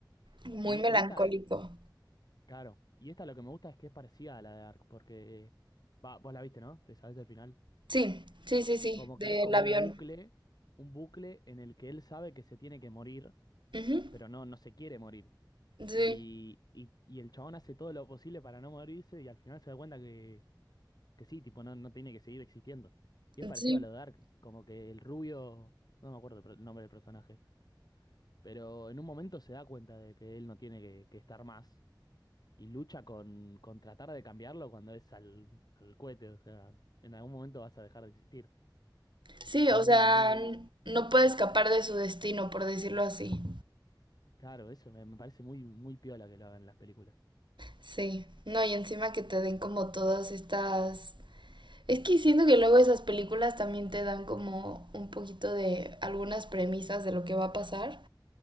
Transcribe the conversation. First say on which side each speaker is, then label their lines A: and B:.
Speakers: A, on the right; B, on the left.
A: Muy
B: Y,
A: melancólico.
B: y esta, claro, y esta lo que me gusta es que es parecida a la de Dark, porque, va, vos la viste, ¿no? Te sabes el final.
A: Sí, sí, sí, sí,
B: Como
A: del
B: que es como
A: avión.
B: un bucle, un bucle en el que él sabe que se tiene que morir,
A: Ujú,
B: pero no, no se quiere morir. Y,
A: Sí,
B: y, y el chabón hace todo lo posible para no morirse y al final se da cuenta que, que sí, tipo, no, no tiene que seguir existiendo. Y es parecido
A: sí.
B: a lo de Dark, como que el rubio, no me acuerdo el pro- el nombre del personaje, pero en un momento se da cuenta de que él no tiene que, que estar más y lucha con, con tratar de cambiarlo cuando es al, al cohete, o sea, en algún momento vas a dejar de existir.
A: Sí,
B: Es
A: o
B: muy,
A: sea,
B: muy,
A: n- no puede escapar de su destino, por decirlo así.
B: claro, eso me, me parece muy, muy piola que lo hagan en las películas.
A: Sí, no, y encima que te den como todas estas... Es que siento que luego esas películas también te dan como un poquito de algunas premisas de lo que va a pasar,